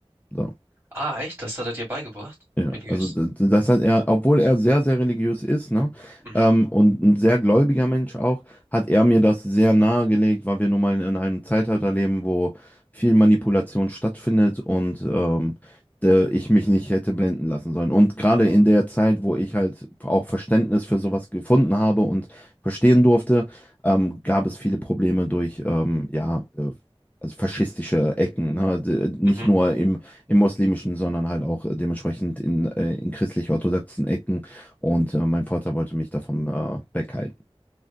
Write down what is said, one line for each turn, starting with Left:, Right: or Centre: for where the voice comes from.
Left: So.
Right: Ah, echt? Das hat er dir beigebracht?
Left: Ja,
Right: Religiös?
Left: also d- das hat er, obwohl er sehr, sehr religiös ist, ne,
Right: Mhm.
Left: ähm, und ein sehr gläubiger Mensch auch, hat er mir das sehr nahegelegt, weil wir nun mal in einem Zeitalter leben, wo viel Manipulation stattfindet und ähm, d- ich mich nicht hätte blenden lassen sollen. Und gerade in der Zeit, wo ich halt auch Verständnis für sowas gefunden habe und verstehen durfte, ähm, gab es viele Probleme durch, ähm, ja, äh, also faschistische Ecken, ne, d- nicht
Right: Mhm.
Left: nur im im muslimischen, sondern halt auch äh, dementsprechend in, äh, in christlich-orthodoxen Ecken. Und äh, mein Vater wollte mich davon äh, weghalten.